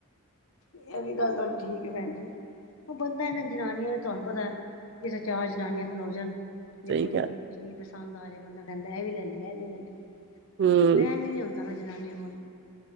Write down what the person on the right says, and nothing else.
ਸਹੀ
ਗੱਲ
ਹੂੰ।